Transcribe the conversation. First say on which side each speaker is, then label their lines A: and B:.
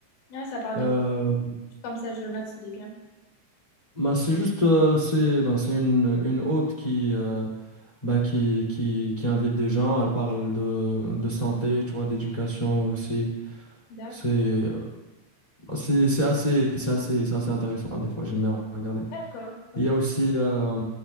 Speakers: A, on the left; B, on the left.
A: oui. Ah, ça parle
B: Euh,
A: de quoi? Comme ça, je le note, c'est bien.
B: Ben, c'est juste euh, c'est ben, c'est une, une hôte qui, euh, ben, qui, qui, qui invite des gens, elle parle de, de santé, tu vois, d'éducation aussi.
A: D'accord.
B: C'est euh, bah, c'est c'est assez c'est assez c'est assez intéressant des fois, j'aime bien regarder.
A: D'accord.
B: Il
A: Ok.
B: y a aussi euh,